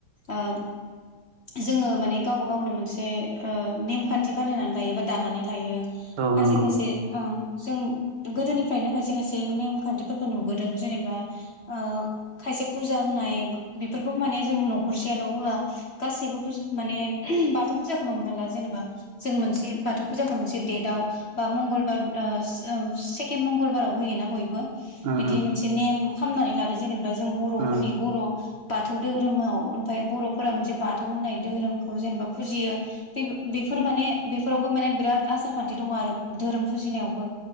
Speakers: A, on the left (about 40°); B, on the right (about 80°).
A: ओ जोङो माने गावबा गावनो मोनसे ओ नेमखान्थि बानायनानै लायो बा दानानै लायो।
B: औ
A: खसे
B: नंगौ
A: खायसे
B: उम
A: ओं जों गोदोनिफ्रायनो खायसे खाय से नेम खान्थिफोरखौ नुबोदों जेनेबा ओ खायसे फुजा होनाय बेफोरखौ मोन ने जों न'खर सेयाल' होआ गासैबो माने बाथौ फुजाखौ नो हमना ला जेनेबा जों मोनसे बाथौ फुजाखौ मोनसे दडेटआव बा मंगलबार ओ ओं सेकेण्ड मंगलबाराव होयोना बयबो
B: उम
A: बिदि मोनसे नेम खालामामनानै लादो जेनेबा जों बर'फोरनि
B: उम उम
A: बर' बाथौ धहोरोमाव ओमफाय बर'फोरा मोनसे बाथौ होननाय धोरोमखौ जेनेबा फुजियो बे-बे बेफोर माने बेफोरावबो माने बिराद आसार खान्थि दङ आरो धोरोम फुजिनायावबो